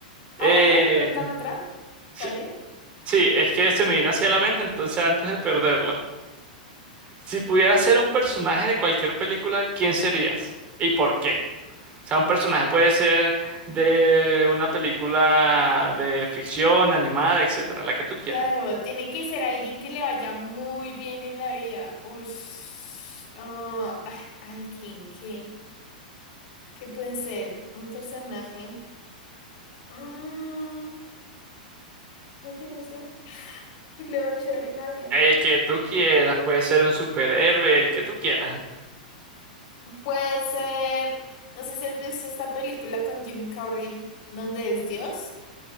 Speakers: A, on the right; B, on the left.
A: Eh,
B: Ah, bueno, pregúntame otra.
A: sí,
B: Dale.
A: sí, es que se me vino hacia la mente, entonces antes de perderla. Si pudieras ser un personaje de cualquier película, ¿quién serías? ¿Y por qué? O sea, un personaje puede ser de una película de ficción, animada, etcétera, la que tú quieras.
B: Claro, tiene que ser alguien que le vaya muy bien en la vida. Ush, ah, ah, alguien que... ¿Qué puede ser? Un personaje. Mm, oye, no sé. ¿Qué le va a chévere en la vida?
A: El que tú quieras, puede ser un superhéroe, el que tú quieras.
B: Puede ser... No sé si has visto esta película con Jim Carrey, donde es Dios.